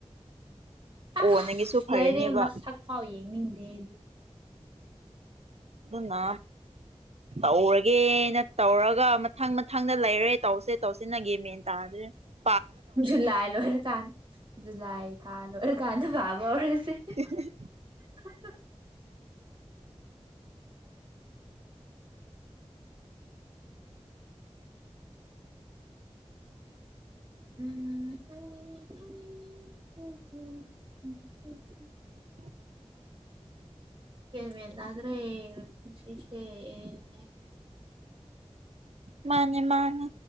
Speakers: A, on the right (about 70°); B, on the right (about 40°).
A: ꯀꯣꯟꯅꯒꯤꯁꯨ
B: ꯑꯁ
A: ꯐꯔꯅꯦꯕ
B: ꯂꯩꯥꯏꯔꯤꯛ ꯃꯁꯛ ꯐꯥꯎ ꯌꯦꯡꯅꯤꯡꯗꯦꯗꯤ
A: ꯑꯗꯨꯅꯥ ꯇꯧꯔꯒꯦꯅ ꯇꯧꯔꯒ ꯃꯊꯪ ꯃꯊꯪꯗ ꯂꯩꯔꯦ ꯇꯧꯁꯦ ꯇꯧꯁꯤꯟꯅꯒꯦ ꯃꯦꯟ ꯇꯥ <unintelligible>
B: ꯖꯨꯂꯥꯏ ꯂꯣꯏꯔꯀꯥꯟ ꯖꯨꯂꯥꯏ ꯊꯥ ꯂꯣꯏꯔꯀꯥꯟꯗ ꯐꯥꯕ ꯍꯧꯔꯁꯦ
A: <unintelligible>
B: <unintelligible> <unintelligible>
A: <inaudible>
B: ꯒ꯭ꯌꯥꯟꯃ‌ꯦꯟ ꯇꯤꯗ꯭ꯔ‌ꯦ ꯄꯨꯟꯁꯤꯁ‌ꯦ
A: ꯃꯥꯅꯦ ꯃꯥꯅꯦ